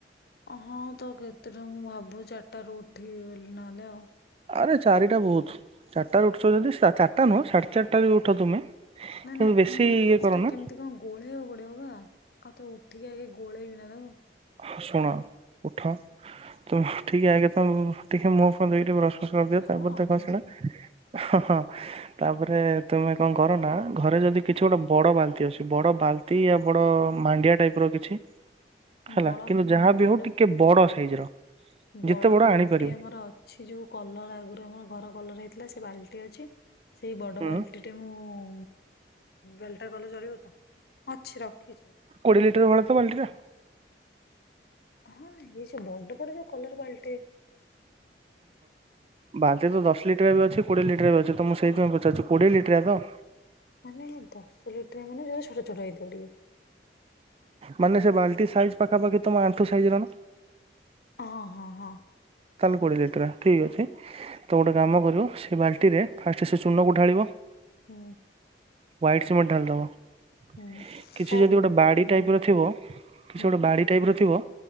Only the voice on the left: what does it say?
ହଁ ତ କେଥିରେ ମୁଁ ଭାବୁ ଚାରିଟ ର ଉଠିବି ବୋଲି ନହେଲେ ଆଉ
ନାଇ
ନାଇଁ
ପୁଣି
ସେଟା କେମିତି କଣ ଗୋଳେଇବାକୁ ପଡିବ ବା ଆଉ ତ ଉଠିକି ଆଗେ ଗୋଳେଇବି ନା ତ
ହଁ
ଅଭ୍ୟାସ
ଟା
ବଳ
ବଡ
ବଡ
ବାଲ୍ଟି
ଆମର ଅଛି ଯୋଉ କଲର ଆଗରୁ ଆମର ଘର କଲର ହେଇଥିଲା ସେ ସେ ବାଲ୍ଟି ଅଛି ସେଇ ବଡ଼
ବାଲ୍ଟିଟେ ମୁଁ ଉ ବେଲଟା ଗଲେ ଚଳିବ ତ। ଅଛି ରଖିଛି।
ହଁ ଏଇ ଯୋଉ ବଡ ବଡ ଯୋଉ କଲର ବାଲଟି।
ମାନେ ଦଶ ଲୁଟ ମାନେ ଯ ଛୋଟ ଛୋଟ ହେଇଥିବ ଟିକେ।
ହଁ ହଁ ହଁ।
ହୁଁ।
ହୁଁ
ତା
ଉପରେ
ଚୂନ
ଉପରେ
ହୁଁ।